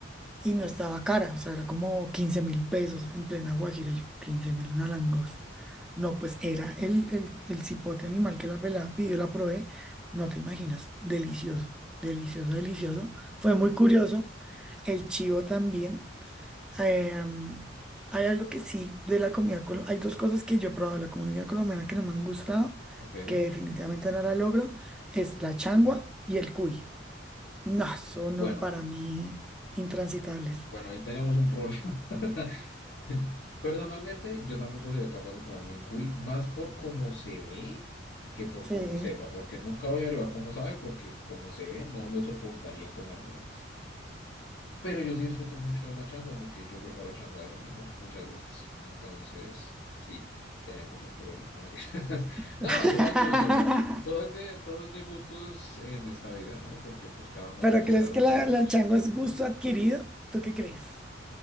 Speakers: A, in the centre; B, on the left.
A: Y no estaba cara, o sea, era como quince mil pesos en plena Guajira, y yo, 15 mil una langosta. No, pues era el, el, el cipote animal que la pelada pidió, la probé, no te imaginas, delicioso, delicioso, delicioso. Fue muy curioso, el chivo también. Em, hay algo que sí de la comida, col- hay dos cosas que yo he probado de la comunidad colombiana que no me han gustado,
B: ok.
A: que definitivamente no la logro, es la changua y el cuy. No, son
B: Bueno,
A: no, para mí intransitables.
B: bueno, ahí tenemos un problema. <laughs> Personalmente yo tampoco sería capaz de comerme un cuy, más por cómo se ve que por
A: Sí.
B: cómo sepa, porque nunca voy a averiguar cómo sabe, porque como se ve no lo soportaría comérmelo. Pero yo sí disfruto mucho de la changua porque yo preparo changua de desayuno muchas veces. Entonces, sí, tenemos un problema. No, mentiras. <laughs>
A: <laughs>
B: No, eso va en gusto. O sea, todo es de, todo es de gustos en esta vida, ¿no? Porque pues cada uno
A: ¿Pero
B: podemos
A: crees
B: tener los
A: que
B: más
A: la,
B: gustos.
A: la chango es gusto adquirido? ¿Tú qué crees?